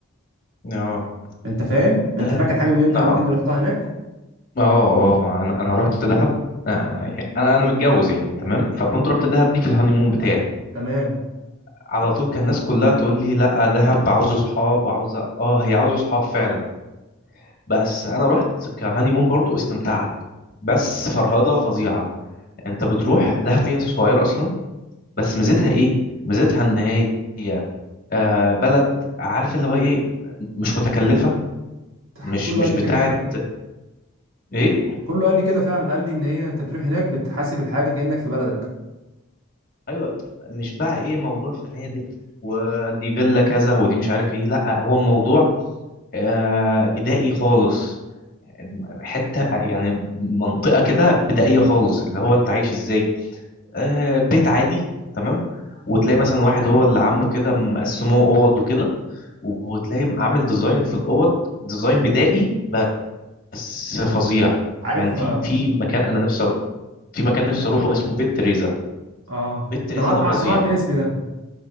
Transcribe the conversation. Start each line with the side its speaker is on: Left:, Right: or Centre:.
Left: اه
Right: انت فاهم انت
Left: دهب
Right: فاكر حاجه من الاماكن
Left: اه
Right: اللي رحتها هناك
Left: اه اه آه. انا انا رحت دهب آه، انا انا متجوز يعني تمام فكنت رحت دهب دي في الهانيمون بتاعي
Right: تمام
Left: على طول كان الناس كلها تقول لي لا دهب عاوزه صحاب وعاوزه اه هي عاوزه صحاب فعلا بس انا رحت كهانيمون برضو استمتعت بس فرهضه فظيعه انت بتروح دهب هي صغيره اصلا بس ميزتها ايه ميزتها ان هي آه بلد عارف اللي هو ايه مش متكلفة
Right: تح-
Left: مش
Right: كله
Left: مش
Right: قال لي
Left: بتاعت
Right: كده فعلا
Left: ايه
Right: كله قال لي كده فعلا قال لي ان هي انت بتروح هناك بتحاسب الحاجه كانك في بلدك
Left: ايوه مش بقى ايه موضوع فنادق ودي فيلا كذا ودي مش عارف ايه لا هو الموضوع آه بدائي خالص حتة يعني منطقة كده بدائية خالص اللي هو انت عايش ازاي آه بيت عادي تمام وتلاقي مثلا واحد هو اللي عامله كده مقسموه اوض وكده وتلاقي عامل ديزاين في الاوض ديزاين بدائي بس فظيع
Right: عارف
Left: يعني في
Right: آه،
Left: في مكان انا نفسي اروح في مكان نفسي اروحه اسمه بيت تريزا
Right: اه
Left: بيت تريزا
Right: سمعت
Left: ده فظيع
Right: ع- سمعت الاسم ده